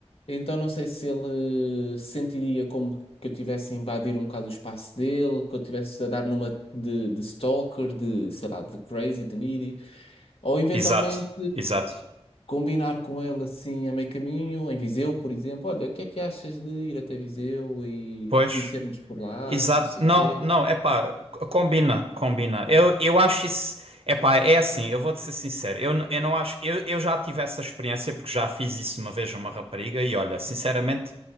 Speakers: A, on the left (about 60°); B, on the right (about 60°).
A: então não sei se ele se sentiria como que eu tivesse a invadir um bocado o espaço dele, que eu tivesse a dar numa de, de stalker, de, sei lá, de crazy, de needy. Ou eventualmente
B: exato, exato.
A: combinar com ele assim a meio caminho, em Viseu, por exemplo. Olha, o que é que achas de ir até Viseu e
B: Pois.
A: conhecermos por lá,
B: Exato.
A: não sei
B: Não,
A: o quê?
B: não, é pá, combina, combina. Eu, eu acho isso. É pá, é assim, eu vou-te ser sincero. Eu, n- eu não acho. Eu, eu já tive essa experiência porque já fiz isso uma vez a uma rapariga e olha, sinceramente,